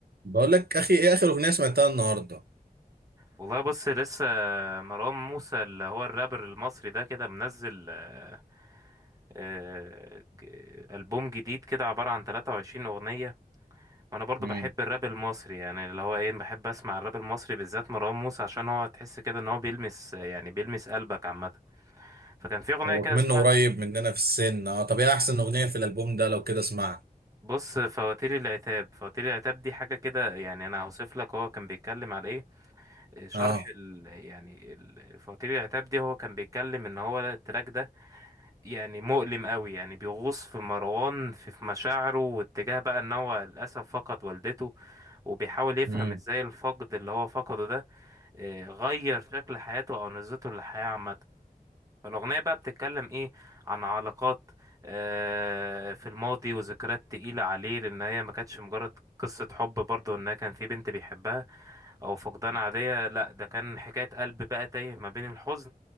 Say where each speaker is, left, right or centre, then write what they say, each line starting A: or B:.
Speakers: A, on the right; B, on the right.
A: بقول لك اخي ايه اخر اغنيه سمعتها النهارده
B: والله بص لسه مروان موسى اللي هو الرابر المصري ده كده منزل آه، آه، ج- ألبوم جديد كده عبارة عن 23 أغنية وأنا برضو
A: امم
B: بحب الراب المصري يعني اللي هو إيه بحب أسمع الراب المصري بالذات مروان موسى عشان هو تحس كده إن هو بيلمس يعني بيلمس قلبك عامة فكان في أغنية
A: هو
B: كده
A: منه
B: اسمها
A: قريب مننا في السن اه طب ايه احسن اغنيه في الالبوم ده لو كده اسمعها
B: بص فواتير العتاب فواتير العتاب دي حاجة كده يعني أنا هوصف لك هو كان بيتكلم على إيه آه، شرح
A: اه
B: ال يعني ال- فواتير العتاب دي هو كان بيتكلم إن هو التراك ده يعني مؤلم قوي يعني بيغوص في مروان في في مشاعره واتجاه بقى ان هو للاسف فقد والدته وبيحاول يفهم
A: امم
B: ازاي الفقد اللي هو فقده ده آه، غير شكل حياته او نظرته للحياة عامة فالاغنية بقى بتتكلم ايه عن علاقات آه، في الماضي وذكريات تقيلة عليه لان هي ما كانتش مجرد قصة حب برضه ان كان في بنت بيحبها او فقدان عادية لا ده كان حكاية قلب بقى تايه ما بين الحزن